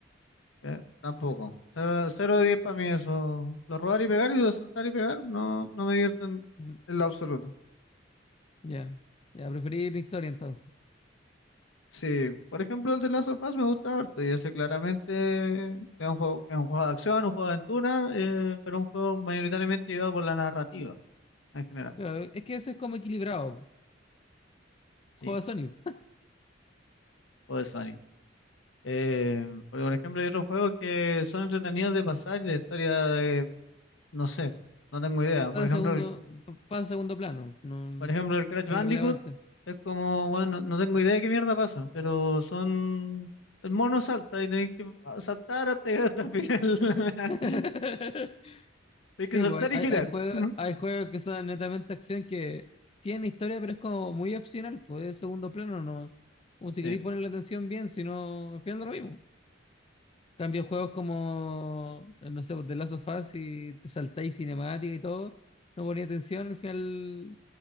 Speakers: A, on the left (about 80°); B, on the left (about 30°).
A: Eh, tampoco. Cero, cero de 10 para mí eso. Lo robar y pegar y lo saltar y pegar no, no me divierten
B: Mm,
A: en lo absoluto.
B: Ya. Ya, preferir la historia entonces.
A: Sí, por ejemplo el de Last of Us me gusta harto y ese claramente es un juego, es un juego de acción, un juego de aventura, eh, pero un juego mayoritariamente llevado por la narrativa en general.
B: Claro, es que eso es como equilibrado.
A: Sí,
B: Juego de Sonic.
A: o de Sony. Eh, porque, por ejemplo hay otros juegos que son entretenidos de pasar y la historia, eh, no sé, no tengo idea. Por
B: Pasa
A: ejemplo
B: a segundo, pa- pasa a segundo plano. No,
A: Por ejemplo, el Crash
B: es
A: Bandicoot
B: irrelevante.
A: es como, bueno, no tengo idea de qué mierda pasa, pero son... El mono salta y tenés que saltar hasta llegar hasta el final. <laughs>
B: <laughs>
A: Tienes
B: Sí,
A: que saltar
B: pues hay,
A: y girar.
B: hay, hay juegos,
A: Ujú.
B: hay juegos que son netamente acción que tienen historia, pero es como muy opcional, pues es segundo plano nomás. Como si
A: Sí,
B: queréis ponerle atención bien, si no, al final da lo mismo. Cambio juegos como, no sé, pues, The Last of Us y te saltáis cinemática y todo, no ponía atención, al final